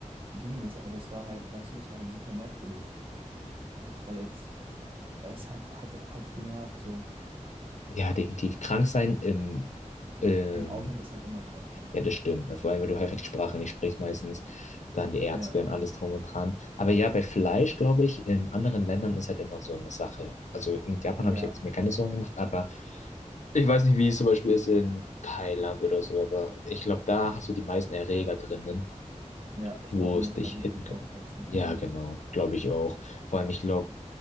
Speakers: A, on the right (about 45°); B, on the left (about 65°).
A: ging das, aber es war halt, weißt du, das war halt super merkwürdig. Das war jetzt, es hat, hat halt genervt so.
B: Ja, definitiv. Krank sein im, ähm,
A: Im Ausland ist halt immer scheiße, ne?
B: Ja, das stimmt. Vor allem, wenn du einfach die Sprache nicht sprichst, meistens dann die Ärzte
A: Ja,
B: und alles drum und dran. Aber ja, bei Fleisch, glaube ich, in anderen Ländern ist halt immer so eine Sache. Also in Japan
A: ja,
B: habe ich jetzt mir keine Sorgen gemacht, aber ich weiß nicht, wie es zum Beispiel ist in Thailand oder so, aber ich glaube, da hast du die meisten Erreger drinnen,
A: ja, ich
B: wo
A: glaube, man
B: es
A: muss
B: dich
A: da richtig
B: hitten könnte.
A: aufpassen teilweise.
B: Ja, genau, glaube ich auch. Vor allem, ich glaube,